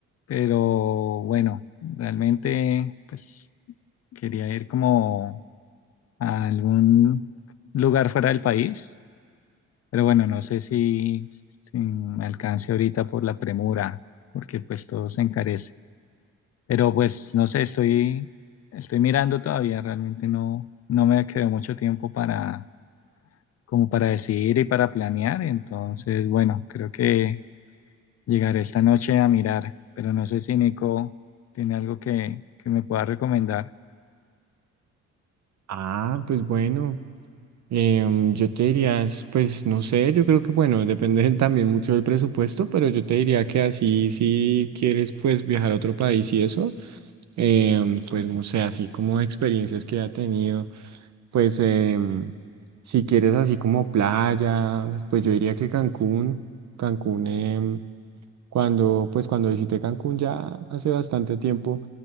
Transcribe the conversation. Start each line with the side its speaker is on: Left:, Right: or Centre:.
Left: pero bueno, realmente pues quería ir como a algún lugar fuera del país, pero bueno, no sé si, si me alcance ahorita por la premura, porque pues todo se encarece. Pero pues no sé, estoy, estoy mirando todavía, realmente no, no me quedó mucho tiempo para, como para decidir y para planear. Entonces, bueno, creo que llegaré esta noche a mirar, pero no sé si Nico tiene algo que, que me pueda recomendar.
Right: Ah, pues bueno. Em, yo te diría, es, pues no sé, yo creo que bueno, <laughs> depende también mucho del presupuesto, pero yo te diría que así si quieres pues viajar a otro país y eso, em, pues no sé, así como experiencias que ha tenido, pues em, si quieres así como playa, pues yo diría que Cancún, Cancún, em, cuando pues cuando visité Cancún ya hace bastante tiempo,